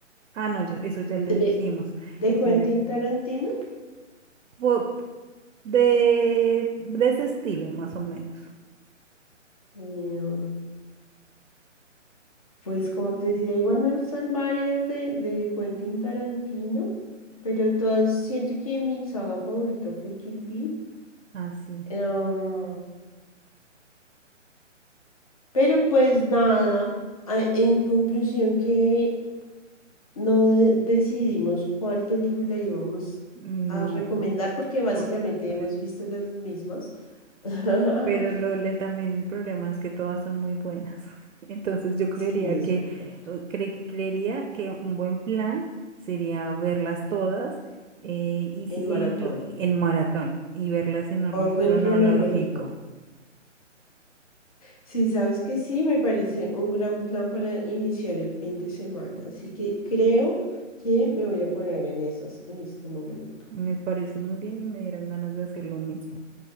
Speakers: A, on the right; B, on the left.
A: Ah, no, ya- eso ya lo
B: De,
A: dijimos.
B: de
A: Eso
B: Quentin
A: ya-
B: Tarantino,
A: po- de, de ese estilo, más o menos.
B: eh, um, pues como te decía, igual me gustan varias de, de Quentin Tarantino, pero de todas siento que mi saga favorita fue Kill Bill.
A: Ah, sí.
B: Eh, um, pero pues nada, a- en conclusión que no de- decidimos cuál película íbamos
A: No,
B: a recomendar
A: po-
B: porque básicamente
A: po-
B: hemos
A: pe-
B: visto las mismas. <laughs>
A: pero lo, le- también el problema es que todas son muy buenas. <laughs> Entonces yo creería
B: Sí, es
A: que,
B: verdad.
A: eh, cre- creería que un buen plan sería verlas todas eh, y si,
B: En maratón.
A: e inclu- en maratón y verlas en orden
B: Orden
A: cronológico.
B: cronológico. Sí, sabes que sí, me parece un gran plan para iniciar el fin de semana, así que creo que me voy a poner en esas en este momento.
A: Me parece muy bien y me dieron ganas de hacer lo mismo.